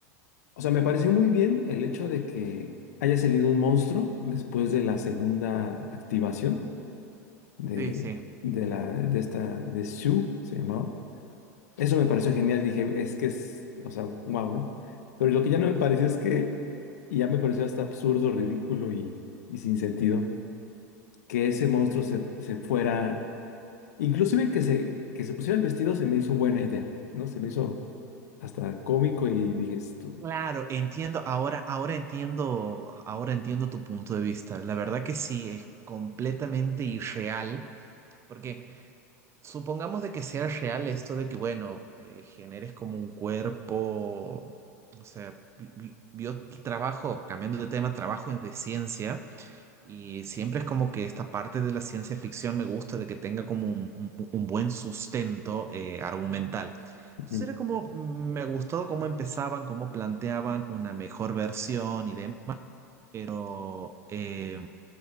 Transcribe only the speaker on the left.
o sea, me pareció muy bien el hecho de que haya salido un monstruo después de la segunda activación de,
de la, de esta, de Sue, se llamaba Eso me pareció genial, dije, es que es, o sea, wow, ¿no? Pero lo que ya no me pareció es que, y ya me pareció hasta absurdo, ridículo y, y sin sentido, que ese monstruo se, se fuera, inclusive que se, que se pusiera el vestido se me hizo buena idea, ¿no? Se me hizo hasta cómico y dije, esto.
ujú,